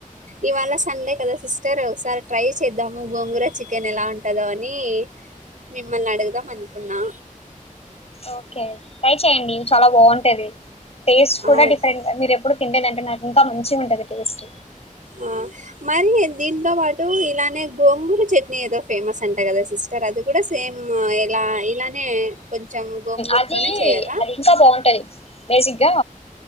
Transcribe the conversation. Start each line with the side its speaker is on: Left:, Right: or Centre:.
Right: ఇవాళ సండే కదా సిస్టర్ ఒకసారి ట్రై చేద్దాము గోంగుర చికెన్ ఎలా ఉంటదో అని మిమ్మల్ని అడుగుదాం అనుకున్నా
Left: ఓకే ట్రై చెయండి చాలా బాగుంటది టేస్ట్ కూడా
Right: ఆ
Left: డిఫరెంట్ మీరు ఎప్పుడు తినలేను అంటున్నారు ఇంకా మంచిగ ఉంటది టేస్ట్
Right: ఆ మరి దీంతో పాటు ఇలానే గోంగూర చట్నీ ఏదో ఫేమస్ అంట కదా సిస్టర్ అది కూడా సేమ్ మేము ఇలా ఇలానే కొంచెం గోంగూరతోనే
Left: అది
Right: చేయాలా
Left: అది ఇంకా బాగుంటది బేసిక్గా